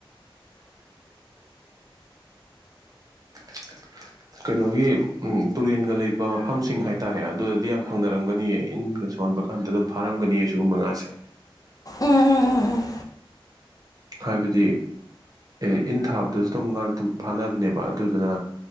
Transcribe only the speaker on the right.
<inaudible> ꯀꯩꯅꯣꯒꯤ ꯎꯝ ꯇꯨꯔꯦꯟꯒ ꯂꯩꯕ ꯃꯐꯝꯁꯤꯡ ꯍꯥꯏꯇꯥꯔꯦ ꯑꯗꯨꯗꯗꯤ ꯌꯥꯝ ꯐꯪꯅꯔꯝꯒꯅꯤꯌꯦ ꯏꯟꯒ ꯁꯣꯟ ꯕ ꯀꯥꯟꯗ ꯑꯗꯨꯝ ꯐꯥꯔꯝꯒꯅꯤꯌꯦ ꯑꯁꯤꯒꯨꯝꯕ ꯉꯥꯁꯦ
ꯍꯥꯏꯕꯗꯤ ꯑꯦ ꯏꯟ ꯊꯥꯕꯗꯁꯨ ꯑꯗꯨꯝ ꯉꯥꯥꯁꯦ ꯗꯨꯝ ꯐꯥꯅꯕꯅꯦꯕ ꯑꯗꯨꯗꯨꯅ